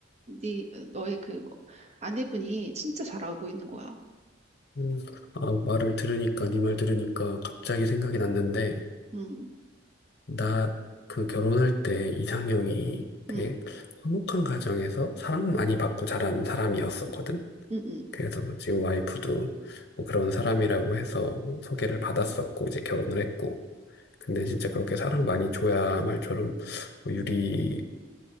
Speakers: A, on the right (about 35°); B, on the left (about 60°).
A: 네 너의 그 뭐, 아내분이 진짜 잘하고 있는 거야.
B: 음, 아, 말을 들으니까, 네 말 들으니까 갑자기 생각이 났는데,
A: 응
B: 나 그 결혼할 때 이상형이
A: 응
B: 되게 화목한 가정에서 사랑 많이 받고 자란 사람이었었거든.
A: 응 응 응
B: 그래서 뭐 지금 와이프도 뭐 그런 사람이라고 해서 소개를 받았었고, 이제 결혼을 했고. 근데 진짜 그렇게 사랑 많이 줘야 말처럼 뭐 유리